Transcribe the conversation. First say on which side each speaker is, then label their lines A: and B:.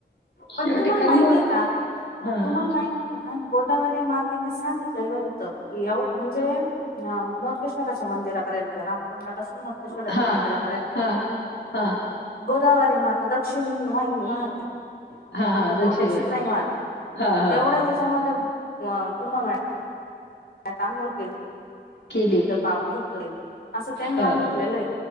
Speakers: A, on the left (about 60°); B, on the left (about 80°).
A: पण
B: शेवटी
A: तुम्हाला
B: कर्म
A: माहितीय का?
B: हां.
A: तुम्हाला माहिती का? केल्यावर ही मा तने सांगितलेलं होतं. व म्हणजे अ मोडकेश्वराच्या मंदिर. पर्यंत ना? ंडा पाासूनेश्राच्या
B: हां.
A: मंदिरापर्यंत
B: हां. हां.
A: गोदावरी मा सन वाईन वाहते.
B: हां, हां.
A: पूर्व
B: दक्षिण
A: पश्चिम नाही वाात.
B: हां, हां.
A: तेवढंच याच्यामध्ये वा कुंभमेळा. त्याता आंघोळ केली.
B: केली.
A: पापधुता येईल असे त्यांनी
B: हां.
A: सांगितलेलंय.